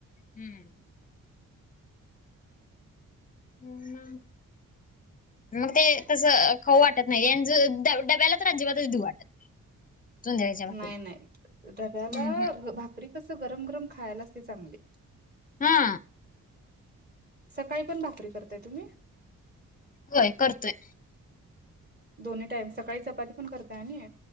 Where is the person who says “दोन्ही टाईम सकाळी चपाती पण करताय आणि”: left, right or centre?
Right